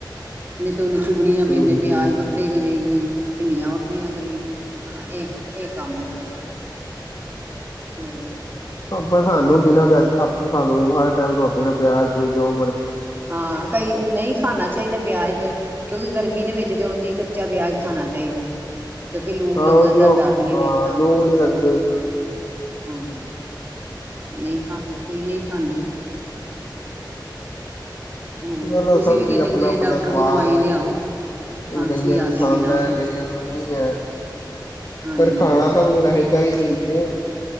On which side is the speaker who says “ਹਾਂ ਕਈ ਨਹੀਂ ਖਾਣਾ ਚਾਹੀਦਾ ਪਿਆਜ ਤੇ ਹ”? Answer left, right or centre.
Right